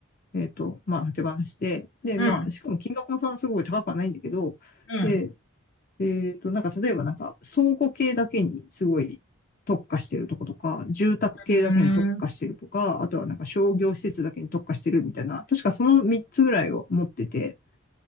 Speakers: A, on the left; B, on the left.
A: えっと、まあ、手放して、で、
B: うん、
A: まあ、しかも金額もそんなすごい高くはないんだけど、
B: うん。
A: で、えっと、なんか例えばなんか倉庫系だけにすごい特化してるとことか、住宅系だけに特化してるとか、
B: うーん、うん
A: あとはなんか商業施設だけに特化してるみたいな、確かその3つぐらいを持ってて、